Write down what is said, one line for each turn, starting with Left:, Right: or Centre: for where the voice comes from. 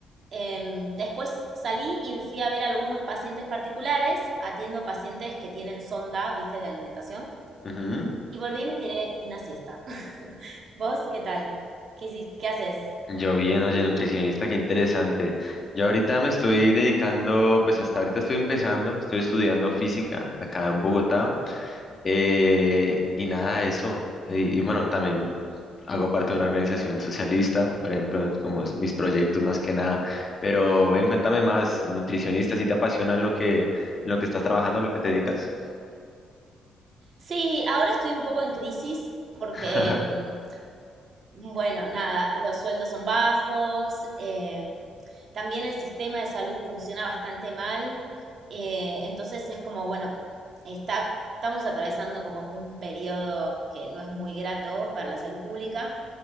Right: Em, después salí y fui a ver algunos pacientes particulares, atiendo pacientes que tienen sonda, viste, de alimentación,
Left: Ujú.
Right: y volví y me tiré una siesta. <laughs> ¿Vos qué tal? ¿Qué hiciste? ¿Qué haces?
Left: Yo bien, oye, nutricionista, qué interesante. Yo ahorita me estoy dedicando, pues hasta ahorita estoy empezando, estoy estudiando física acá en Bogotá. eh, y nada, eso. Y, y bueno, también hago parte de una organización socialista, por ejemplo, es como es mis proyectos más que nada. Pero ven, cuéntame más, nutricionista, si te apasionan lo que, en lo que estás trabajando, en lo que te dedicas?
Right: Sí, ahora estoy un poco en crisis porque
Left: <laughs>
Right: em, Bueno, nada, los sueldos son bajos, em, también el sistema de salud funciona bastante mal, eh, entonces es como, bueno, está, estamos atravesando como un periodo que no es muy grato para la salud pública,